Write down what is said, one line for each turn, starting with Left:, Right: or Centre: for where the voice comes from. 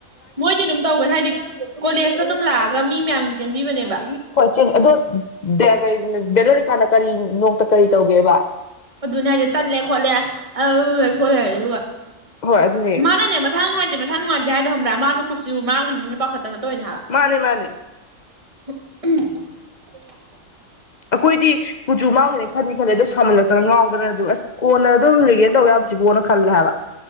Right: ꯃꯣꯏꯗꯤ ꯑꯗꯨꯝ ꯇꯧꯋꯦ ꯍꯥꯏꯗꯤ ꯀꯣꯂꯦꯖꯇꯣ ꯑꯗꯨꯝ ꯂꯥꯛꯑꯒ ꯃꯤ ꯃꯌꯥꯝꯒꯤ ꯆꯦꯟꯕꯤꯕꯅꯦꯕ
Left: ꯍꯣꯏ ꯆꯦꯜꯂꯤ ꯑꯗꯣ ꯗꯌꯥ ꯀꯔꯤ ꯕꯦꯂꯣꯔꯤꯀꯥꯅ ꯀꯔꯤ ꯅꯣꯛꯇ ꯀꯔꯤ ꯇꯧꯒꯦꯕ
Right: ꯑꯗꯨꯅꯦ ꯍꯥꯏꯖꯦ ꯇꯜꯂꯦ ꯈꯣꯠꯂꯦ ꯑꯗꯨ ꯂꯩꯊꯣꯛꯑ ꯂꯩꯔꯦ ꯑꯗꯨꯒ
Left: ꯍꯣꯏ ꯑꯗꯨꯅꯦ
Right: ꯃꯥꯅꯅꯦ ꯃꯁꯥ ꯅꯨꯡꯉꯥꯏꯇꯦ ꯃꯁꯥ ꯅꯨꯡꯉꯥꯏꯇꯦ ꯍꯥꯏꯗꯣ ꯈꯪꯕ꯭ꯔꯥ ꯃꯥꯗꯨ ꯀꯨꯆꯨ ꯃꯥꯥꯡꯒꯤꯅꯤꯅ ꯄꯥꯈꯠꯇꯅ ꯇꯣꯏꯅꯦ ꯍꯥꯏꯕ
Left: ꯃꯥꯅꯦ ꯃꯥꯅꯦ
Right: ꯍ ꯎꯝ
Left: ꯑꯩꯈꯣꯏꯗꯤ ꯀꯨꯆꯨ ꯃꯥꯡꯒꯅꯤ ꯈꯟꯗꯤ ꯈꯟꯂꯦ ꯑꯗꯣ ꯁꯥꯃꯜꯂꯛꯇꯅ ꯉꯥꯎꯗꯅ ꯑꯗꯨꯝ ꯑꯁ ꯀꯣꯟꯅ ꯑꯗꯨꯝ ꯔꯤꯒꯦꯟ ꯇꯧ ꯌꯥꯕꯖꯤꯕꯨꯅ ꯈꯜꯂꯦ ꯍꯥꯏꯕ